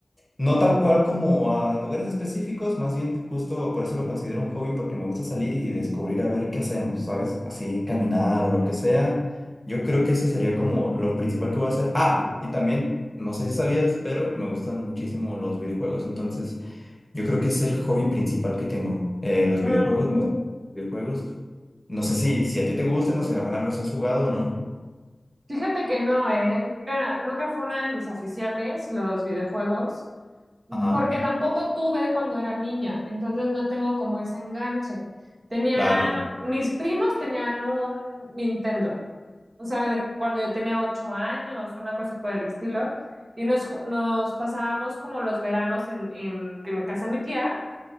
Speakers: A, in the centre; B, on the right (about 80°).
A: No tal cual como a lugares específicos, más bien justo por eso lo considero un hobby, porque me gusta salir y descubrir a ver qué hacemos, ¿sabes? Así caminar o lo que sea. Yo creo que ese sería como lo principal que voy a hacer. Ah, y también, no sé si sabías, pero me gustan muchísimo los videojuegos, entonces yo creo que es el hobby principal que tengo. Eh, los
B: mm.
A: videojuegos, me Uh, gustan los videojuegos. No sé si, si a ti te gustan o si alguna vez los has jugado o no.
B: Fíjate que no, ¿eh? Nunca, nunca fue una de mis aficiones los videojuegos.
A: Ajá,
B: Porque tampoco tuve cuando era niña, entonces no tengo como ese enganche. Tenía,
A: claro.
B: mis primos tenían un Nintendo, o sea, de cuando yo tenía ocho años, una cosa por el estilo, y nos, ju- nos pasábamos como los veranos en, en, en casa de mi tía,